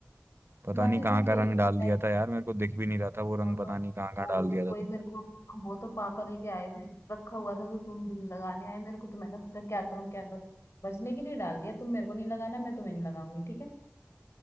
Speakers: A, on the left; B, on the right.
A: <laughs>
B: पता
A: मैं
B: नहीं
A: तो इतना
B: कहाँ का
A: खेलती
B: रंग डाल
A: थी मैं
B: दिया था यार मेरे को दिख भी नहीं रहा था वो
A: वो
B: रंग पता
A: तो
B: नहीं कहाँ कहाँ
A: वो
B: डाल
A: तो
B: दिया था
A: कोई
B: तुमने
A: मेरे को वो तो पापा लेके आए थे रखा हुआ था तो तुम लगाने आए मेरे को तो मैंने सोचा क्या करूँ क्या करूँ बचने के लिए डाल दिया तुम मेरे को नहीं लगाना मैं तुम्हें नहीं लगाऊंगी ठीक है